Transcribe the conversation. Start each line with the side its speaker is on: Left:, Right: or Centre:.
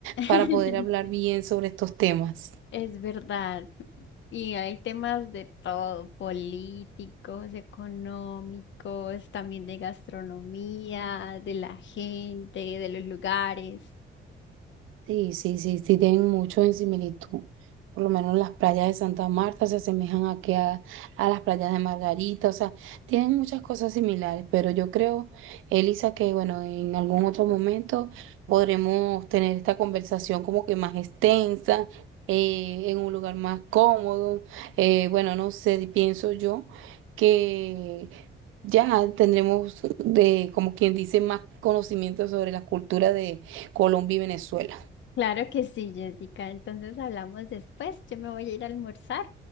Left: <laughs>
Right: para poder hablar bien sobre estos temas.
Left: Es verdad. Y hay temas de todo, políticos, económicos, también de gastronomía, de la gente, de los lugares.
Right: Sí, sí, sí, sí, tienen mucho en similitud. Por lo menos las playas de Santa Marta se asemejan a que a, a las playas de Margarita, o sea, tienen muchas cosas similares, pero yo creo, Elisa, que bueno, en algún otro momento podremos tener esta conversación como que más extensa, eh, en un lugar más cómodo. eh, bueno, no sé, pienso yo que ya tendremos de, como quien dice, más conocimiento sobre la cultura de Colombia y Venezuela.
Left: Claro que sí, Jessica. Entonces hablamos después. Yo me voy a ir a almorzar,